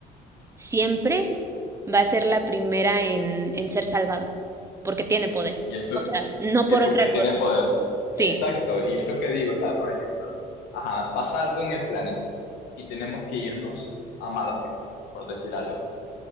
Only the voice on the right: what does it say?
siempre va a ser la primera en, en ser salvada, porque tiene poder.
O sea, no
por
otra
cosa.
Sí.